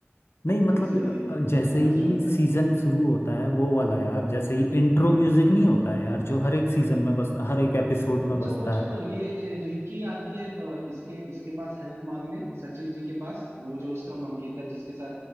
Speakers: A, on the left; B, on the right.
A: नहीं मतलब
B: इसीलिए
A: अ, अ, जैसे
B: तो वो
A: ही
B: बज रहा होता
A: सीजन
B: है
A: शुरू होता है वो वाला यार जैसे ही इंट्रो
B: हाँ
A: म्यूजिक नहीं होता है यार जो हर एक सीजन में बजता हर एक एपिसोड में
B: अच्छा
A: बजता
B: वो छोड़ो
A: है
B: ये रिंकी आती है फ- इसके इसके पास हेल्प मांगने सचिव जी के पास वो जो उसका मंगेतर जिसके साथ